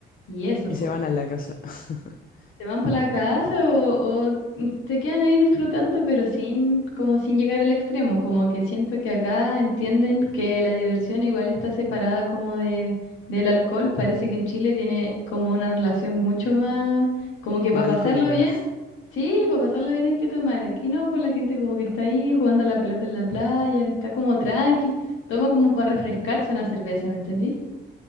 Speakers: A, on the left; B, on the left.
A: y eso,
B: Y
A: pues
B: se van a la casa. <laughs>
A: se van para la casa o, o se quedan ahí disfrutando, pero sin, como sin llegar al extremo, como que siento que acá entienden que la diversión igual está separada como de, del alcohol, parece que en Chile tiene como una relación mucho más, como que para
B: Más
A: pasarlo
B: alcohólica.
A: bien, sí, para pasarlo bien hay que tomar, aquí no, pues la gente como que está ahí jugando a la pelota en la playa, está como tranqui, toma como para refrescarse una cerveza, ¿me entendí?